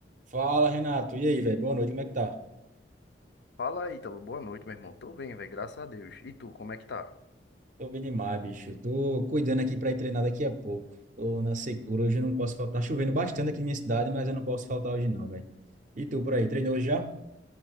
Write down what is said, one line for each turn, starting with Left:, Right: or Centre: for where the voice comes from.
Right: Fala, Renato. E aí, velho? Boa noite, como é que tá?
Left: Fala aí, Ítalo. Boa noite, meu irmão. Tô bem, velho. Graças a Deus. E tu, como é que tá?
Right: Tô bem demais, bicho. Tô cuidando aqui pra ir treinar daqui a pouco. Tô na secura, hoje eu não posso faltar. Tá chovendo bastante aqui na minha cidade, mas eu não posso faltar hoje não, velho. E tu por aí, treinou hoje já?